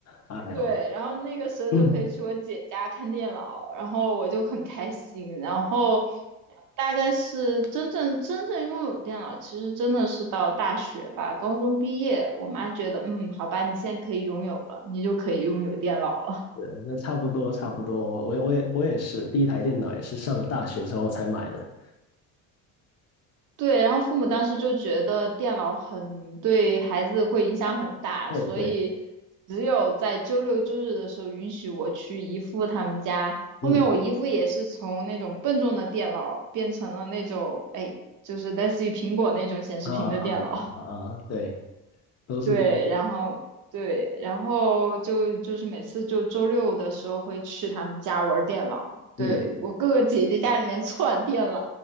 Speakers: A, on the left (about 35°); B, on the right (about 45°).
A: 哎呦。
B: 对，然后那个时候就可以去我姐家看电脑，
A: <clears throat>
B: 然后我就很开心，然后。但真正真正拥有电脑，其实真的是到大学吧，高中毕业，我妈觉得，嗯，好吧，你现在可以拥有了，你就可以拥有电脑了。
A: 对，那差不多差不多，我我也我也我也是，第一台电脑也是上了大学之后才买的。
B: 对，然后父母当时就觉得电脑很对孩子会影响很大，
A: 对对，
B: 所以只有在周六周日的时候允许我去姨父他们家。后面我姨父也是从那种笨重的电脑变成了那种，
A: 嗯
B: 哎，就是类似于苹果那种显示屏的电脑。
A: 啊啊啊啊啊，对，
B: <laughs>
A: 都是
B: 对，然后对，然后就就是每次就周六的时候会去他们家玩电脑，对，
A: 嗯，
B: 我哥哥姐姐家里面串电脑，